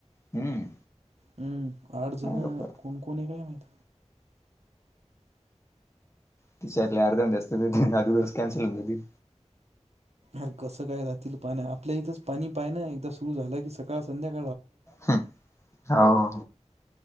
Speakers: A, on the left; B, on the right.
A: हम्म
B: हम्म आठ जण
A: अरे बा
B: कोण कोोणी काय माहित
A: ती शर्ट ला अर्धा जा असत अजूबरच कॅन्सल होऊन
B: अर कसं काय राातील पाणी आपल्या इथंच पाणी पाय ना एकदा सुरू झाला की सकाळ संध्याकाळी
A: हम हो